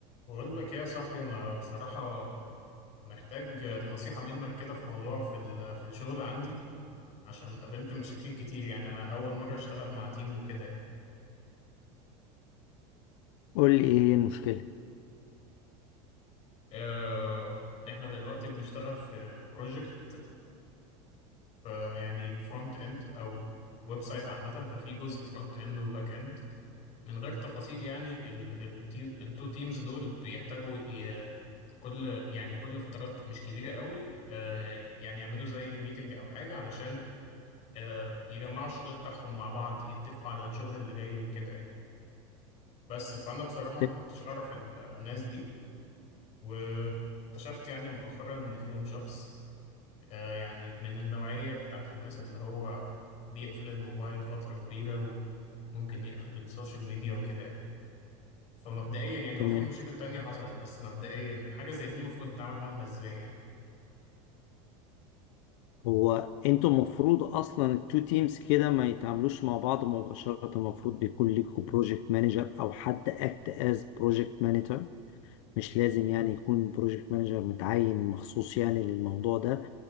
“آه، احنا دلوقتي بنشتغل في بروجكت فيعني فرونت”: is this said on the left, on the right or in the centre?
Left